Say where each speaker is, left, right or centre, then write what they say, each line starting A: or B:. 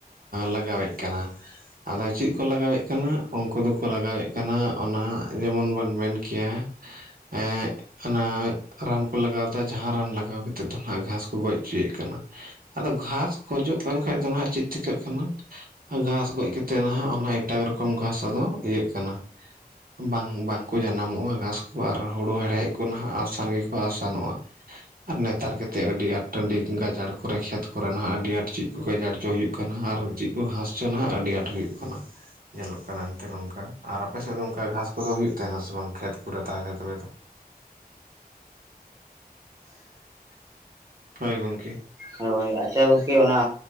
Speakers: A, on the right; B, on the right.
A: ᱞᱟᱜᱟᱣᱮᱫ ᱠᱟᱱᱟ᱾ ᱟᱫᱚ ᱪᱮᱫ ᱠᱚ ᱞᱟᱜᱟᱣᱮᱫ ᱠᱟᱱᱟ ᱩᱱᱠᱩ ᱫᱚᱠᱚ ᱞᱟᱜᱟᱣᱮᱫᱼᱼ ᱠᱟᱱᱟ ᱚᱱᱟ ᱡᱮᱢᱚᱱ ᱵᱚᱱ ᱢᱮᱱ ᱠᱮᱭᱟ ᱮᱸᱼᱼ ᱚᱱᱟ ᱨᱟᱱ ᱠᱚ ᱞᱟᱜᱟᱣᱫᱟ ᱡᱟᱦᱟᱸ ᱨᱟᱱ ᱞᱟᱜᱟᱣ ᱠᱟᱛᱮᱫ ᱫᱚ ᱦᱟᱜ ᱜᱷᱟᱸᱥ ᱠᱚ ᱜᱚᱡ ᱦᱚᱪᱚᱭᱮᱫ ᱠᱟᱱᱟ᱾ ᱟᱫᱚ ᱜᱷᱟᱥ ᱠᱷᱚᱡᱚᱜ ᱠᱟᱱ ᱠᱷᱟᱱ ᱫᱚ ᱱᱟᱦᱜ ᱪᱮᱫ ᱪᱤᱠᱟᱹᱜ ᱠᱟᱱᱟ᱾ ᱜᱷᱟᱸᱥ ᱜᱚᱡ ᱠᱟᱛᱮᱫ ᱱᱟᱦᱟᱜ ᱚᱱᱟ ᱮᱴᱟᱜ ᱨᱚᱠᱚᱢ ᱜᱷᱟᱸᱥ ᱟᱫᱚ ᱤᱭᱟᱹᱜ ᱠᱟᱱᱟ᱾ ᱵᱟᱝ ᱵᱟᱝᱠᱚ ᱡᱟᱱᱟᱢᱚᱜᱼᱟ ᱜᱷᱟᱸᱥ ᱠᱚ ᱟᱨ ᱦᱩᱲᱩ ᱦᱮᱲᱦᱮᱫ ᱠᱚ ᱱᱟᱦᱟᱜ ᱟᱥᱟᱱ ᱜᱮᱠᱚ ᱟᱥᱟᱱᱚᱜᱼᱟ᱾ ᱟᱨ ᱱᱮᱛᱟᱨ ᱠᱟᱛᱮᱮᱫ ᱟᱹᱰᱤ ᱟᱸᱴ ᱴᱟᱺᱰᱤ ᱜᱟᱡᱟᱲ ᱠᱚᱨᱮ ᱠᱷᱮᱛ ᱠᱚᱨᱮᱱᱟᱜ ᱟᱹᱰᱤ ᱟᱸᱴ ᱪᱮᱫ ᱠᱚ ᱜᱟᱡᱟᱲᱪᱚ ᱦᱩᱭᱩᱜᱼᱼ ᱟᱨ ᱪᱮᱫ ᱠᱚ ᱦᱟᱸᱥᱪᱚ ᱱᱟ ᱟᱹᱰᱤ ᱟᱸᱴ ᱦᱩᱭᱩᱜ ᱠᱟᱱᱟ ᱧᱮᱞᱚᱜ ᱠᱟᱱᱟ ᱮᱱᱛᱮ ᱱᱚᱝᱠᱟ᱾ ᱟᱨ ᱟᱯᱮ ᱥᱮᱫ ᱫᱚ ᱚᱱᱠᱟ ᱜᱷᱟᱥ ᱠᱚᱫᱚ ᱦᱩᱭᱩᱜ ᱛᱟᱦᱮᱱᱟ ᱥᱮ ᱵᱟᱝ ᱠᱷᱮᱛ ᱠᱚᱨᱮ ᱠᱚ ᱨᱮᱫ ᱫᱟᱜᱟᱭ ᱚᱵᱮ ᱛᱚᱼᱼ ᱦᱳᱭ ᱜᱚᱝᱠᱮᱼᱼ
B: ᱦᱳᱭ ᱟᱪᱪᱷᱟ ᱜᱚᱝᱠᱮ ᱚᱱᱟ